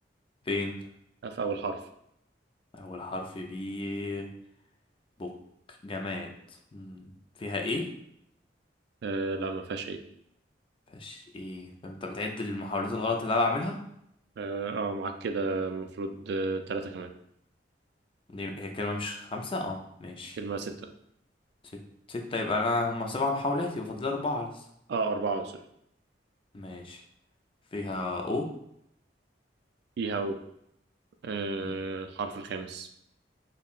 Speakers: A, on the left; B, on the right.
A: بين
B: آه، في اول حرف
A: أول حرف بي بوك جماد مم، فيها إيه
B: آه لا ما فيهاش اي
A: فيهاش إيه طب أنت بتعد المحاولات الغلط اللي أنا بعملها
B: اه آه، معاك كده المفروض آه تلاتة كمان
A: دي- هي كلمة مش خمسة اه ماشي
B: كلمة ستة
A: ست ستة يبقى أنا هما سبع محاولات يبقى فاضل أربعة لسه
B: اه أربعة سوري
A: ماشي فيها أو
B: فيها او آه
A: مم.
B: الحرف الخامس